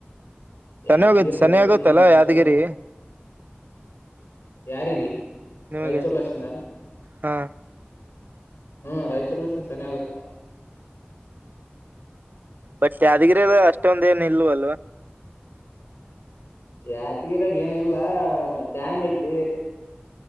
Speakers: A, on the left (about 80°); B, on the right (about 50°).
A: ಯಾತಿಗಿರ್
B: ಸನ್ನೋಗ ಸನ
A: ಗೊತ್ತಿಲ್ಲ
B: ಆಗತ್ತಲ್ಲ
A: ನಂಗ ಅಷ್ಟ
B: ಯಾದಗಿರಿ
A: ಯಾರಿಗೆ
B: ನಿಮಗೆ
A: ರಾಯಚೂರ್ ಲಶಿಂದ
B: ಹಾ
A: ಹ್ಮ ರಾಯಚೂರ್ಗಷನ್ ಸನಿಆಗತ್ತಾ
B: ಬಟ್ ಯಾದಿಗಿರಿ ಅಷ್ಟೊಂದ ಏನ ಇಲ್ವ ಅಲ್ವಾ
A: ಯತ್ಗಿರಾಗ ಏನಿಲ್ಲ ಡ್ಯಾಮ್ ಐತಿ